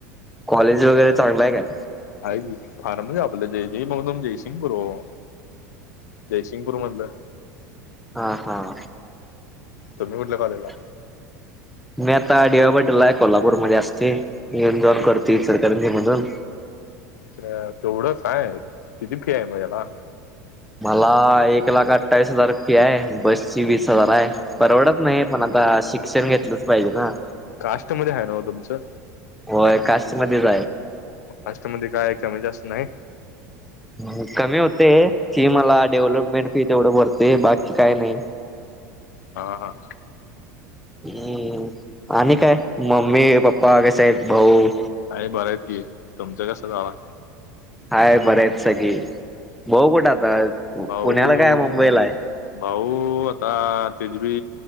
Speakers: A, in the centre; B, on the left.
A: कॉलेज वगैरे चांगलाय काय?
B: हाय की, फार नही. जापलं जय जय मधून जयसिंग पुुरववा. जेसी सिंगपूर मधलं.
A: हां हां.
B: तुम्ही कुठल्या कॉलेजला?
A: <inaudible> मी आता डी वाय पाटीलला आहे, कोल्हापूरमध्ये असते. येऊन जाऊन करते इचलकरंजी मधून.
B: अ तेवढंच आहे. किती फी आहे मग त्याला?
A: मला एक लाख अठ्ठावीस हजार फी आहे. बस ची वीस हजार आहे. परवडत नाही, पण आता शिक्षण घेतलंच पाहिजे ना.
B: कास्ट मध्ये हाय नवं तुमचं?
A: होय कास्ट मध्येच
B: कास्ट मध्ये काय याच्यामुळे जास्त नाही.
A: हं. कमी होते फी मला डेव्हलपमेंट फी तेवढं भरते बाकी काय नाही. <inaudible>
B: हा हा.
A: हं. आणि काय मम्मी पप्पा कसे आहेत, भाऊ?
B: आहे बरं आहेत की. तुमचं कसं आहे भावा?
A: हाय बरंयेत सगळी. भाऊ कुठ आता?
B: भाऊ
A: पुण्याला काय मुंबईला आहे
B: भाऊ आता तेज बी